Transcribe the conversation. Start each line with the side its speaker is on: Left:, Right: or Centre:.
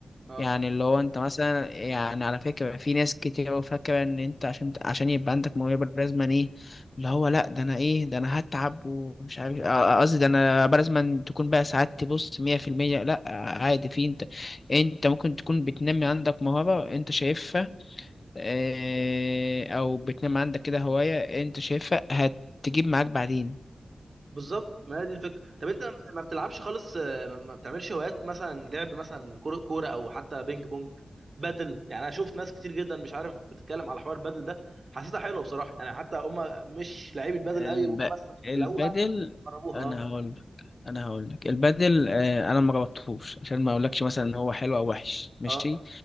Right: اه
Left: يعني اللي هو انت مثلا يعني على فكرة في ناس كتير قوي فاكرة ان انت عشان عشان يبقى عندك موهبة لازم ايه اللي هو لا ده انا ايه ده انا هتعب ومش عارف اه، قصدي ده انا بقى لازم تكون بقى سعادتي بص 100% لا عادي في انت انت ممكن تكون بتنمي عندك موهبة انت شايفها اه، او بتنمي عندك كده هواية انت شايفها هتجيب معاك بعدين
Right: بالظبط ما هي دي الفكره طب انت ما بتلعبش خالص آه، ما ما بتعملش هوايات مثلا لعب مثلا كوره كورة او حتى بينج بونج بدل يعني انا شفت ناس كتير جدا مش عارف بتتكلم على حوار بدل ده حسيتها حلوه بصراحه يعني حتى هم مش لعيبه بدل
Left: الب...
Right: قوي هم بس
Left: البدل
Right: لقوها جربوها
Left: انا
Right: اه
Left: هقول لك انا هقول لك البدل آه، انا ما جربتهوش عشان ما اقولكش مثلا ان هو حلو او وحش ماشي
Right: اه